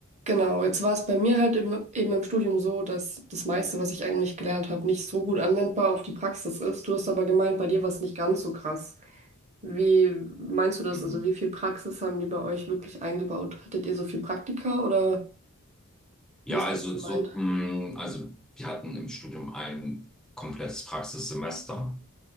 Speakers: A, on the right; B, in the centre.
A: Genau, jetzt war es bei mir halt im, eben im Studium so, dass das meiste, was ich eigentlich gelernt habe, nicht so gut anwendbar auf die Praxis ist. Du hast aber gemeint, bei dir war es nicht ganz so krass. Wie meinst du das?
B: Mhm.
A: Also wie viel Praxis haben die bei euch wirklich eingebaut? Hattet ihr so viel Praktika oder
B: Ja,
A: wie ist
B: also
A: das gemeint?
B: so, mh, also wir hatten im Studium ein komplettes Praxissemester